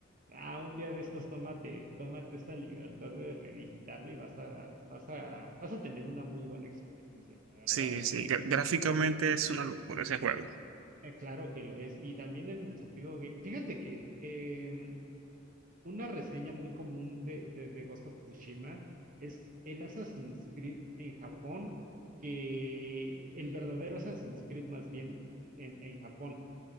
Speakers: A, on the right; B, on the right.
A: Ah, un día de estos tómate, tómate esta libertad de revisitarlo y vas a, vas a, vas a tener una muy buena experiencia, la verdad,
B: Sí, sí,
A: ¿eh? A
B: gra-
A: mí,
B: gráficamente
A: y
B: es una locura ese juego.
A: eh, claro que lo es. Y también en el sentido que, fíjate que em, una reseña muy común de, de, de Ghost of Tsushima es el Assassin's Creed en Japón, que el verdadero Assassin's Creed más bien en, en Japón.